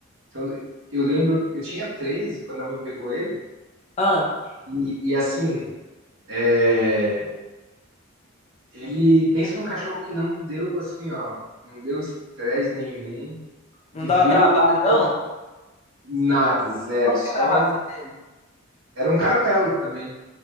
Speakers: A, on the right (about 80°); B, on the left (about 30°).
A: Então, eu lembro, eu tinha 13 quando a mãe pegou ele,
B: Ah,
A: e, e assim, é, ele pensa num cachorro que não deu, assim, ó, não deu estresse nenhum, viveu
B: não dava trabalho,
A: em-
B: não?
A: nada, zero,
B: Qual
A: só.
B: que era a raça dele?
A: Era um caramelo também,